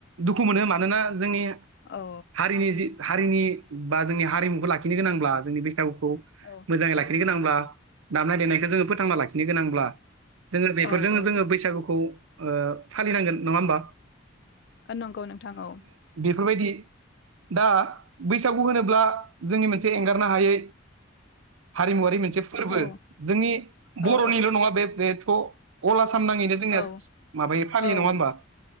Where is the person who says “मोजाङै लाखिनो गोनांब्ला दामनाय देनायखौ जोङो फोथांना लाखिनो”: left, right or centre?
Right